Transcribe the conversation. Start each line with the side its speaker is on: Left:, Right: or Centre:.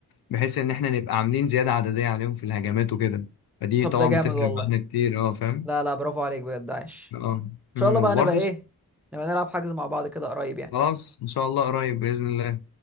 Left: بحيث ان احنا نبقى عاملين زياده عدديه عليهم في الهجمات وكده فدي
Centre: طب
Left: طبعا
Centre: ده جامد
Left: بتفرق
Centre: والله
Left: معانا كتير اه فاهم
Centre: لا لا برافو عليك بجد عايش
Left: اه
Centre: ان شاء
Left: أمم،
Centre: الله بقى
Left: وبرضه
Centre: نبقى ايه نبقى نلعب حجز مع بعض كده قريب يعني
Left: خلاص ان شاء الله قريب باذن الله